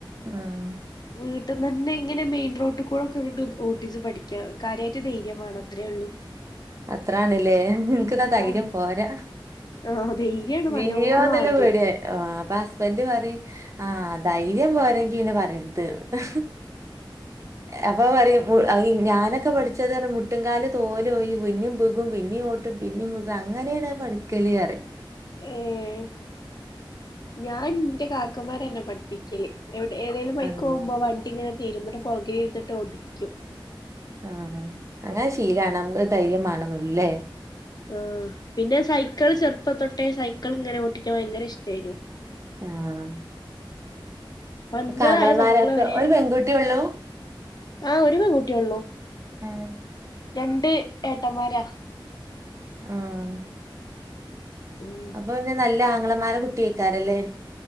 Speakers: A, on the right; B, on the left.
A: ആഹ്
B: വീട്ടിന്നന്നെ ഇങ്ങനെ മെയിൻ റോട്ടി കൂടെക്കെ കൊണ്ട് വന്ന് ഓട്ടിച്ച് പഠിക്കാ കാര്യായിട്ട് ധൈര്യം വേണം അത്രേ ഉള്ളൂ
A: അത്ര ആണ്ല്ലേ എന്ക്ക്ന്നാ
B: ആഹ്
A: ധൈര്യം പോരാ
B: ആഹ് ധൈര്യാണ്
A: വീഴോന്ന്ള്ള
B: നല്ലോണം വാണ്ടിയെ
A: പേടിയാ ആഹ് അപ്പൊ ഹസ്ബൻഡ് പറയും ആഹ് ധൈര്യം പോരെങ്കി പിന്നെ പറയരുത് ന്ന് അപ്പൊ പറയും മു ഞാനൊക്കെ പഠിച്ചത് പറഞ്ഞ മുട്ടുംങ്കാല് തോല് പോയും പിന്നേം വീകും പിന്നേം ഓട്ടും പിന്നേം വീകും അങ്ങനേണ് പടിക്കല് പറയും
B: മ്ഹ് ഞാൻ ന്റെ കാക്കമാര എന്നെ പഠിപ്പി <unintelligible> എവിട് ഏതേലും ബൈക്ക്
A: ആണല്ലേ
B: പോകുമ്പോ വണ്ടി ഇങ്ങനെ തെരും എന്നിട്ട് പൊറകെ ഇരിന്നിട്ട് ഓട്ടിപ്പിക്കും
A: ആഹ് അങ്ങനെ ശീലാവണം നമുക്ക് ധൈര്യം മാണന്ന് ല്ലേ
B: ആഹ് പിന്നെ സൈക്ക്ള് ചെർപ്പം തൊട്ടേ സൈക്ക്ൾ ഇങ്ങനെ ഓട്ടിക്കാൻ ഭയങ്കര ഇഷ്ടായിനു.
A: ആഹ്
B: പഞ്ചറായ
A: കാക്കമ്മാരൊക്കെ
B: സൈക്കിള് വരെ
A: ഒരു പെൺകുട്ടി ള്ളു?
B: ആഹ് ഒരു പെൺകുട്ടിള്ളൂ.
A: ഏഹ്
B: രണ്ട് ഏട്ടന്മാരാ.
A: ആഹ്
B: <unintelligible>
A: അപ്പൊ പിന്നെ നല്ല ആങ്ങളമാരെ കുട്ടി ഏക്കാരല്ലേ